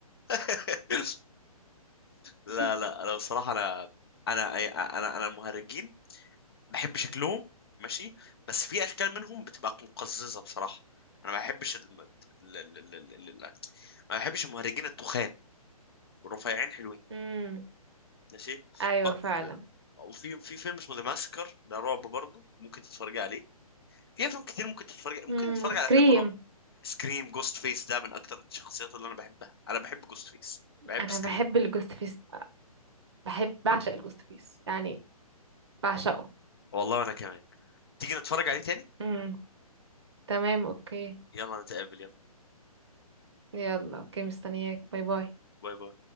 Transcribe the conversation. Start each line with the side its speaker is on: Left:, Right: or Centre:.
Left: <laughs> لا
Right: <laughs>
Left: لا انا بصراحه انا انا انا انا المهرجين بحب شكلهم ماشي بس في اشكال منهم بتبقى مقززه بصراحه انا ما بحبش الم... ال... ال... ال... ال... ال- ما بحبش المهرجين التخان والرفيعين حلوين
Right: امم
Left: ماشي
Right: ايوه
Left: ب...
Right: فعلا
Left: وفي في فيلم اسمه ذا ماسكر ده رعب برضه ممكن تتفرج عليه في افلام كتير ممكن تتفرج ممكن
Right: امم
Left: تتفرج
Right: وسكريم
Left: على فيلم رعب سكريم جوست فيس ده من اكتر الشخصيات اللي انا بحبها انا بحب جوست فيس بحب
Right: انا
Left: سكريم
Right: بحب الجوست فيس بحب بعشق الجوست فيس يعني بعشقه
Left: والله انا كمان تيجي نتفرج عليه تاني
Right: امم تمام اوكي
Left: يلا نتقابل يلا
Right: يلا اوكي مستنياك باي باي
Left: باي باي